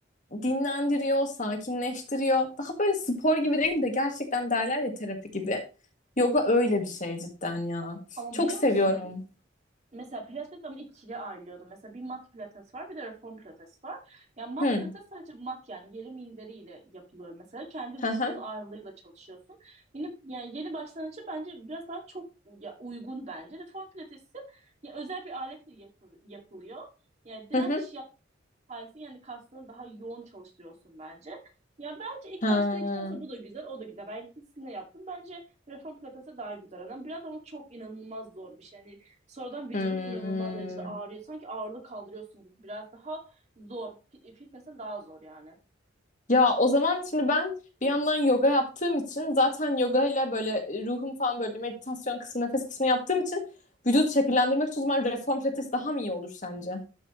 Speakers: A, on the left; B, on the right.
A: dinlendiriyor, sakinleştiriyor. Daha böyle spor gibi değil de gerçekten derler ya terapi gibi. Yoga öyle bir şey cidden ya.
B: Ama
A: Çok
B: biliyor
A: seviyorum.
B: musun? Mesela pilates ama ikiye ayrılıyordu. Mesela bir mat pilates var, bir de reform pilates var. Yani mat
A: Hı.
B: pilates sadece mat yani yeri minderiyle yapılıyor mesela. Kendi
A: Hı
B: vücudunun
A: hı.
B: ağırlığıyla çalışıyorsun. Yeni, yani yeni başlangıcı bence biraz daha çok ya, uygun bence. Reform pilatesi ya, özel bir aletle yapı- yapılıyor. Yani direnç
A: Hı hı.
B: sayesinde yani kaslarını daha yoğun çalıştırıyorsun bence. Ya bence ilk
A: Ha.
B: başta için aslında bu da güzel, o da güzel. Ben ikisini de yaptım. Bence reform pilatesi daha güzel. Yani biraz ama çok inanılmaz zor bir şey. Yani sonradan vücudun
A: Hmm.
B: inanılmaz derecede ağrıyor. Sanki ağırlık kaldırıyorsun gibi. Biraz daha zor. Fi- Fitness'in daha zor yani.
A: Ya o zaman şimdi ben bir yandan yoga yaptığım için zaten yoga ile böyle e, ruhum falan böyle meditasyon kısmı, nefes kısmı yaptığım için vücut şekillendirmek için o zaman reform pilates daha mı iyi olur sence?